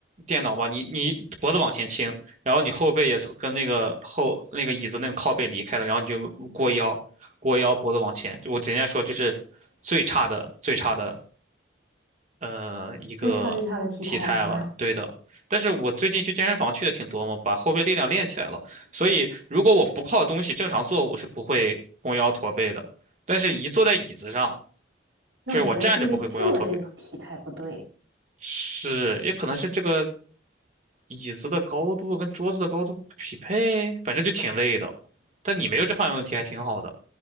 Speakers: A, on the right; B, on the right.
A: 电脑吧，你你脖子往前倾，然后你后背也从跟那个后那个椅子那个靠背离开了，然后你就过腰，过腰脖子往前，就我人家说就是最差的最差的呃一个体态了，
B: 最差最差的体态是吧？
A: 对的。但是我最近去健身房去的挺多嘛，把后背力量练起来了，所以如果我不靠东西正常坐，我是不会弓腰驼背的。但是一坐在椅子上，
B: <laughs> 那我觉得是不是坐着的体态不对？
A: 就是我站着不会弓腰驼背，是也可能是这个椅子的高度跟桌子的高度不匹配，反正就挺累的。但你没有这方面问题，还挺好的，